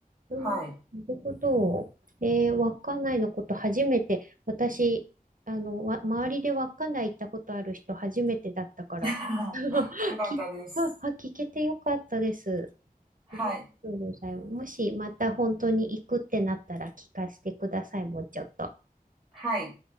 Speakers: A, on the right (about 60°); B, in the centre.
A: うん、
B: はい。
A: なるほど。えー、稚内のこと初めて、私、あの、わ、周りで稚内行ったことある人初めてだったから、
B: <laughs>
A: <laughs>
B: よかったです。
A: き、あ、あ、聞けてよかったです。
B: はい。
A: ありがとうございます。もしまた本当に行くってなったら聞かせてください、もうちょっと。
B: はい。